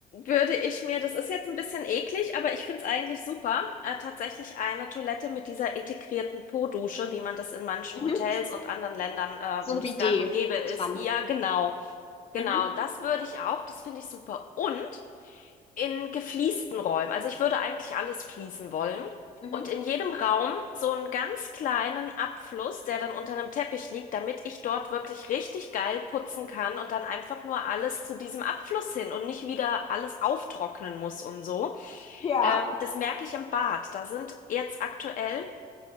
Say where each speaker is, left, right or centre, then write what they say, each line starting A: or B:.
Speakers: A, on the left (about 50°); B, on the left (about 35°).
A: würde ich mir, das ist jetzt ein bisschen eklig, aber ich find's eigentlich super, äh, tatsächlich eine Toilette mit dieser integrierten Po-Dusche, wie man das in manchen
B: Mhm.
A: Hotels und anderen Ländern, äh,
B: So
A: wo
B: ein
A: das
B: Bidet
A: gang und gäbe ist.
B: dran.
A: Ja, genau. Genau,
B: Mhm.
A: das würde ich auch. Das finde ich super. Und in gefliesten Räumen. Also ich würde eigentlich alles fließen wollen.
B: Mhm.
A: Und in jedem Raum so einen ganz kleinen Abfluss, der dann unter einem Teppich liegt, damit ich dort wirklich richtig geil putzen kann und dann einfach nur alles zu diesem Abfluss hin und nicht wieder alles auftrocknen muss und so.
B: Ja.
A: Ähm, das merke ich im Bad. Da sind jetzt aktuell